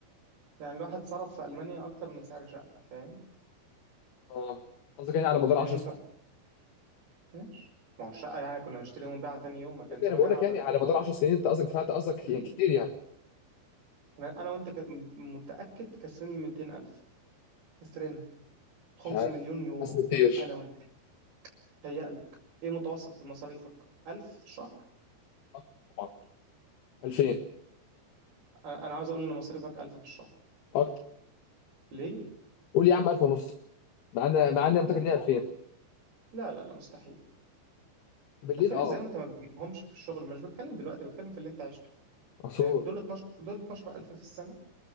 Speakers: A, on the right (about 55°); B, on the left (about 65°).
A: يعني الواحد صرف في المانيا اكتر من سعر شقه فاهم
B: اه قصدك يعني على مدار
A: كان
B: 10
A: ينفع
B: سنين
A: ماشي ما هو الشقه يعني كنا نشتريها ونبيعها تاني يوم ما كان
B: ايوه
A: زمانها
B: انا بقول
A: قاعده
B: لك يعني
A: لحد
B: على
A: النهارده
B: مدار 10 سنين انت قصدك دفعت قصدك
A: أمم.
B: يعني كتير يعني
A: احنا انا وانت ك... م- متاكد كسرين ال 200000 كسرنا 5
B: مش عارف
A: مليون يورو
B: حاسس إن كتير
A: انا وانت تهيألك ايه متوسط مصاريفك 1000 في الشهر
B: آه، طبعا 2000
A: انا أنا عاوز اقول ان مصاريفك 1000 في الشهر
B: اكتر
A: ليه
B: قول يا عم 1000 ونص مع ان مع ان انا متاكد
A: لا
B: ان هي 2000
A: لا لا لا مستحيل
B: بالليل
A: 2000
B: اه
A: ازاي وانت ما بتجيبهمش في الشغل مش بتكلم دلوقتي بتكلم في اللي انت عشته
B: عصور
A: فاهم دول 12 دول 12000 في السنه